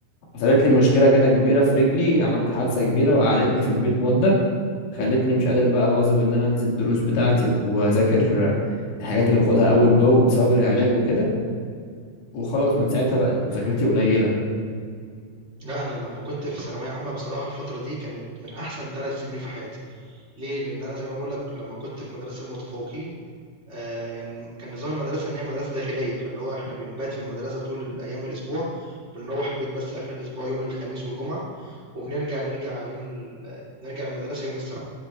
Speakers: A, on the left (about 85°); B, on the right (about 40°).
A: حصلت لي مشكله كده كبيره في رجلي عملت حادثه كبيره وقعدتني في البيت مده خلتني مش قادر بقى اواظب ان انا انزل الدروس بتاعتي واذاكر الحاجات اللي باخدها اول باول بسبب العلاج وكده وخلاص من ساعتها بقت مذاكرتي قليله
B: لا أنا لما كنت في ثانوية عامة بصراحة الفترة دي كانت من أحسن ثلاث سنين في حياتي ليه؟ لأن أنا زي ما بقولك لما كنت في مدرسة المتفوقين آآ يعني كان نظام المدرسة إن هي مدرسة داخلية، فاللي هو إحنا بنبات في المدرسة طول أيام الأسبوع، بنروّح البيت بس آخر الأسبوع يوم الخميس والجمعة، وبنرجع نرجع يوم ال نرجع المدرسة يوم السبت،